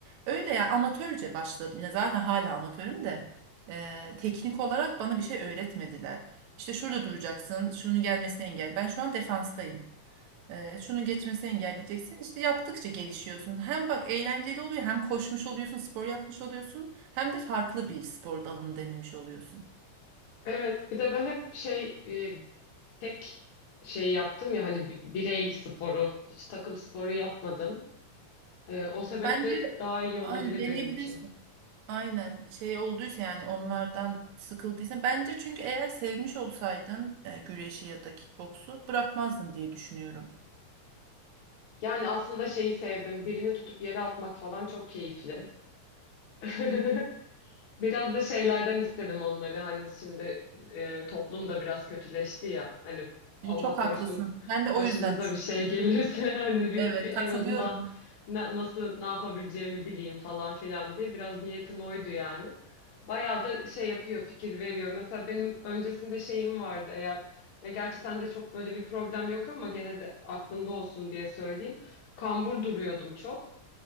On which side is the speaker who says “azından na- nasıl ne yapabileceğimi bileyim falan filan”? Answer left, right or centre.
Left